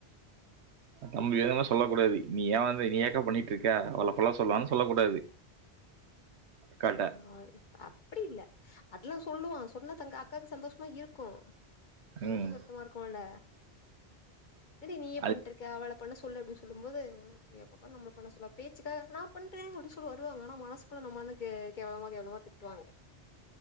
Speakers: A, on the right; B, on the left.
A: நம்ப ஏதும் சொல்ல கூடாது நீ ஏன் வந்து நீ ஏக்கா பண்ணிட்டு இருக்க அவள பண்ண சொல்லலான்னு சொல்ல கூடாது கன்
B: ஆ அப்படி இல்ல அதெல்லா சொல்லுவா சொன்னா தங்க அக்காவுக்கு சந்தோஷமா இருக்கு பொண்டாட்டிக்கு
A: ம்
B: வருத்தமா இருக்குல என்னடி நீயே
A: அது
B: பண்ணிட்டு இருக்க அவள பண்ண சொல்லு அப்படின்னு சொல்லு போது எப்ப பாரு நம்மல பண்ண சொல்வாங்க பேச்சுக்காது நா பண்றேன் அப்படினு சொல்லி வருவாங்க ஆன மனசுகுள்ள நம்ம க்கே கேவலமா கேவளமா திட்டுவாங்க